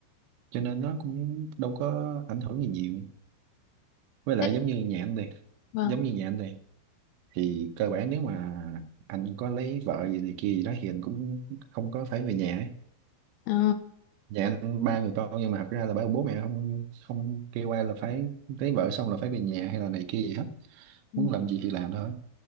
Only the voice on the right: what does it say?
cho nên nó cũng đâu có ảnh hưởng gì nhiều với lại
giống như nhà anh đi
giống như nhà anh đi thì cơ bản nếu mà anh có lấy vợ gì này kia gì đó thì anh cũng không có phải về nhà ấy.
nhà anh ba người con nhưng mà thật ra là bảo bố mẹ không không kêu ai là phải lấy vợ xong là phải về nhà hay là này kia gì hết
muốn làm gì thì làm thôi